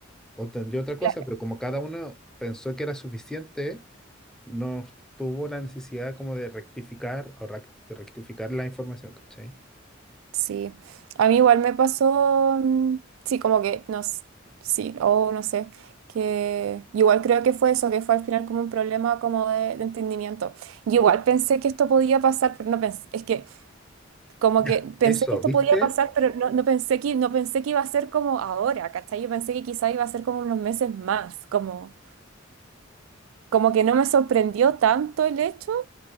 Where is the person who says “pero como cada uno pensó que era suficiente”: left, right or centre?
Centre